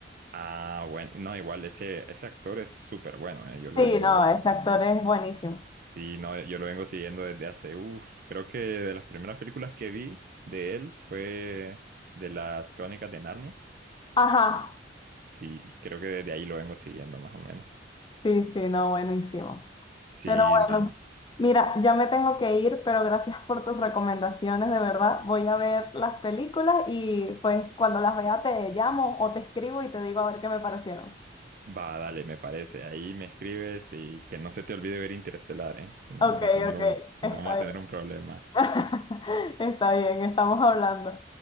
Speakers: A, on the right; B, on the left.
A: Ah, bueno, no, igual ese, ese actor es súper bueno, eh, Yo lo
B: Sí,
A: vengo
B: no, este actor
A: sí,
B: es buenísimo.
A: Sí, no, yo lo vengo siguiendo desde hace, uff, creo que de las primeras películas que vi de él fue de las Crónicas de Narnia.
B: Ajá,
A: Sí, creo que desde ahí lo vengo siguiendo más o menos.
B: sí, sí, no, buenísimo.
A: Sí,
B: Pero
A: nada,
B: bueno, mira, ya me tengo que ir, pero gracias por tus recomendaciones, de verdad. Voy a ver las películas y pues cuando las vea te llamo o te escribo y te digo a ver qué me parecieron.
A: va, dale, me parece. Ahí me escribes y que no se te olvide ver Interestelar, ¿eh? Si no
B: Ok,
A: vamos a tener
B: ok,
A: un, si
B: está
A: no vamos a
B: bien.
A: tener un problema.
B: <laughs> Está bien, estamos hablando.